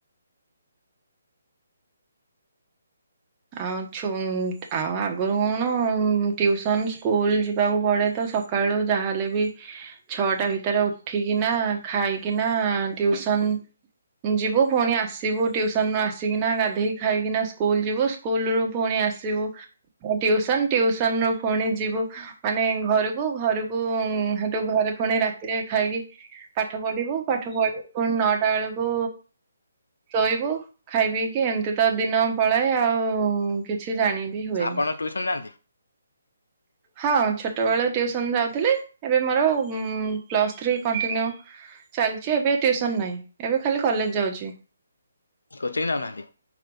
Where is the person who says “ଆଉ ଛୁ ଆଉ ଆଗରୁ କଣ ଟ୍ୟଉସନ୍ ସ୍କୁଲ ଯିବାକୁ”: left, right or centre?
Right